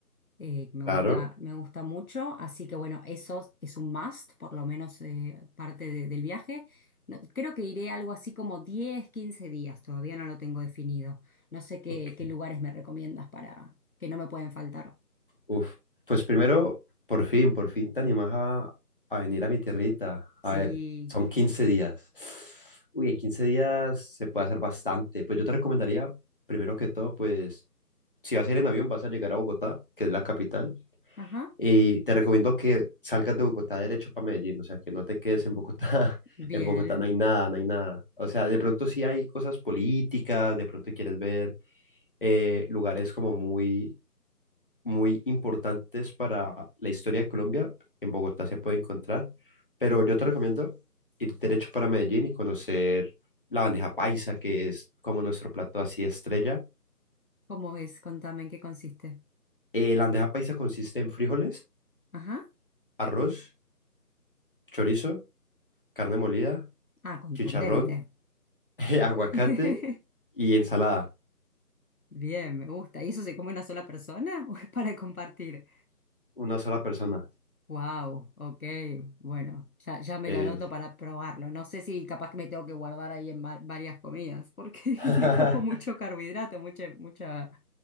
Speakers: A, on the left (about 60°); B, on the left (about 35°).
A: eh, me
B: Claro.
A: gusta, me gusta mucho, así que bueno, eso es un must, por lo menos eh, parte de- del viaje. No- creo que iré algo así como 10 15 días, todavía no lo tengo definido. No sé qué,
B: Ok.
A: qué lugares me recomiendas para que no me pueden faltar.
B: Uf. Pues primero, por fin, por fin te animas a, a venir a mi tierrita.
A: Sí,
B: A ver, son 15 días. Uy, en 15 días se puede hacer bastante. Pues yo te recomendaría, primero que todo, pues si vas a ir en avión, vas a llegar a Bogotá, que es la capital.
A: ajá,
B: Y te recomiendo que salgas de Bogotá derecho para Medellín, o sea, que no te quedes en Bogotá. <laughs>
A: bien.
B: En Bogotá no hay nada, no hay nada. O sea, de pronto sí hay cosas políticas, de pronto quieres ver eh, lugares como muy muy importantes para la historia de Colombia. En Bogotá se puede encontrar, pero yo te recomiendo ir derecho para Medellín y conocer la bandeja paisa, que es como nuestro plato así estrella.
A: ¿Cómo es? Contame en qué consiste.
B: Eh, la bandeja paisa consiste en frijoles,
A: Ajá,
B: arroz, chorizo, carne molida,
A: ah, contundente.
B: chicharrón, <laughs> aguacate
A: <laughs>
B: y ensalada.
A: Bien, me gusta. ¿Y eso se come una sola persona o es para compartir?
B: Una sola persona.
A: Wow, ok. Bueno, ya, ya me
B: Es-
A: lo anoto para probarlo. No sé si capaz que me tengo que guardar ahí en va- varias comidas, porque <laughs>
B: <laughs>
A: tiene como mucho carbohidrato, mucha, mucha.